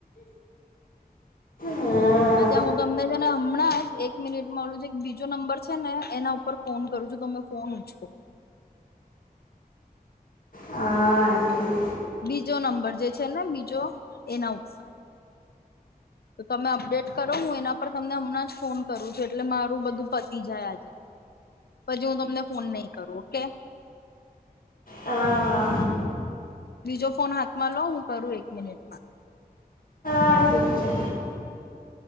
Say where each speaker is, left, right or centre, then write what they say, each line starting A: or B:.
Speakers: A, on the left (about 65°); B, on the left (about 85°).
A: હા
B: અચ્છા હું તમને છે ને હમણાં એક એક મિનિટમાં ઓલું જે એક બીજો નંબર છે ને એના ઉપર ફોન કરું છું તમે ફોન ઉચકો.
A: હા ઠીક
B: બીજો નંબર જે છે ને બીજો એના ઉપર તો તમે અપડેટ કરો હું એના પર તમને હમણાં જ ફોન કરું છું એટલે મારું બધું પતી જાય આજે પછી હું તમને ફોન નહીં કરું ઓકે.
A: હા હા
B: બીજો ફોન હાથમાં લો હું કરું એક મિનિટમાં.
A: હા ઠીક છે.